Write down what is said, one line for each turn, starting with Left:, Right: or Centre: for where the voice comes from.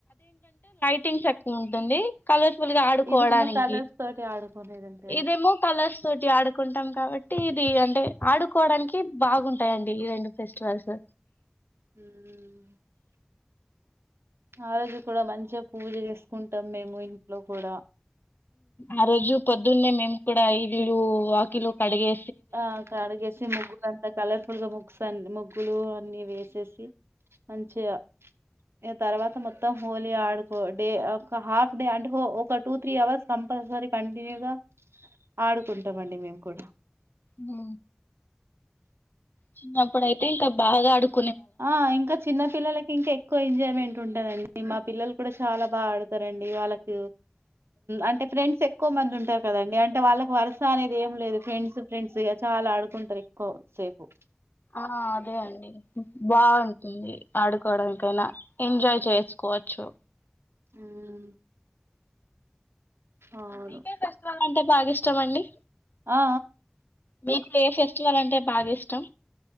Left: పటిన్స్ ఎక్కువ ఉంటుంది కలర్ఫుల్ గా ఆడుకోవడానికి
Right: ఇదిన్న కలర్స్ తోటి ఆడుకోదంత
Left: ఇదేమో కలర్స్ తోటి ఆడుకుంటాం కాబట్టి ఇది అంటే ఆడుకోవడానికి బాగుంటాయండి ఈ రెండు ఫెస్టివల్స్
Right: మ్ ఆ రోజు కూడా మంచిగా పూజ చేసుకుంటాం మేము ఇంట్లో కూడా
Left: ఆ రోజు పొద్దున్నే మేము కూడా ఇల్లు వాకిలు కడిగే
Right: ఆ కడుగేసి ముగ్గులు అంతా కలర్ఫుల్గా ముగసా ముగ్గులు అన్నీ వేసేసి మంచిగా తర్వాత మొత్తం హోలీ ఆడుకో, డే ఒక హాఫ్ డే అంటే ఒక టూ త్రీ అవర్స్ కంపల్సరీ కంటిన్యూగా ఆడుకుంటాండి మేము కూడా
Left: ఆ చిన్నప్పుడుయితే ఇంకా బాగా అడుక్
Right: ఆ ఇంకా చిన్న పిల్లలకి ఇంకా ఎక్కువ ఎంజాయ్మెంట్ ఉంటదండి మా పిల్లలు కూడా చాలా బాగా ఆడుతారండి, వాళ్ళకి అంటే ఫ్రెండ్స్ ఎక్కువ మంది ఉంటారు కదండి, అంటే వాళ్ళకి వరుస అనేది ఏం లేదు ఫ్రెండ్స్ ఫ్రెండ్స్ చాలా ఆడుకుంటారు ఎక్కువ సేపు
Left: ఆ అదే అండి బాగుంటుంది ఆడుకోవడానికి <unintelligible> ఎంజాయ్ చేసుకోవచ్చు
Right: ఉమ్ అవును
Left: మీకే ఫెస్టివల్ అన్ టె బాగా ఇష్టం అండి
Right: ఆ
Left: మీక్ ఏ ఫెస్టివల్ అంటే బాగా ఇష్టం